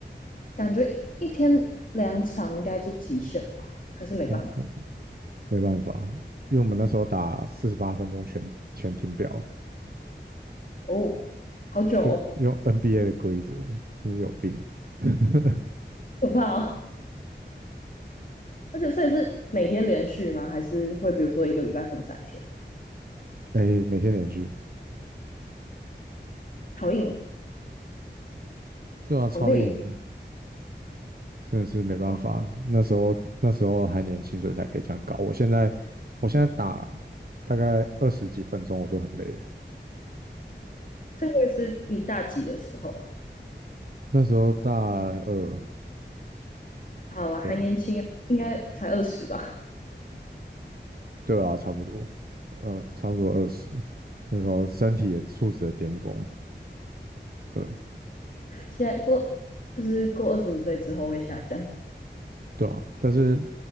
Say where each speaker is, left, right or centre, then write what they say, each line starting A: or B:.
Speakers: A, on the left (about 45°); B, on the right (about 55°).
A: 感觉一天两场应该就极限吧，还是没办法
B: 我我没办法，因为我们那时候打四十八分钟全全停表，
A: 哦，好久哦，
B: 就用 NBA 的规则，真是有病，<laughs>
A: 可怕哦！而且所以是每天连续吗？还是会比如说一个礼拜分三天？
B: 哎、每天连续。
A: 好硬哦，
B: 对啊，超硬的，
A: 好累哦，
B: 真的是没办法。
A: 哇！
B: 那时候那时候还年轻，所以才可以这样搞。我现在我现在打大概二十几分钟我就很累了。
A: 这个是你大几的时候啊？
B: 那时候大二，
A: 好啦，还年轻啊，
B: 对啊，
A: 应该才二十吧。
B: 对啊，差不多，呃，差不多二十。那时候身体也素质的巅峰，对
A: 现在过就是过二十五岁之后会下降，
B: 对啊。但是